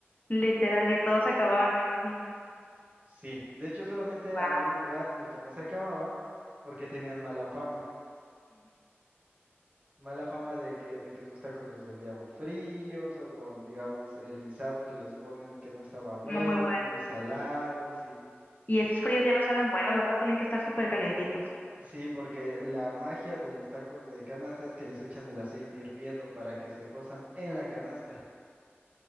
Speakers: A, on the left; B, on the right.
A: Literal, y todos se acababan, me imagino.
B: Sí, de hecho solamente
A: Wow.
B: había un lugar en el que no se acababa porque tenían mala fama. Mala fama de que, de que esos tacos los vendíamos fríos o con, digamos, el guisado que les ponen que no estaba bueno,
A: no muy bueno.
B: muy salado, sí.
A: Y esos fríos ya no saben buenos, ¿verdad? Tienen que estar súper calientitos.
B: Sí, porque la magia de los tacos de canasta es que les echan el aceite hirviendo para que se cosan en la canasta.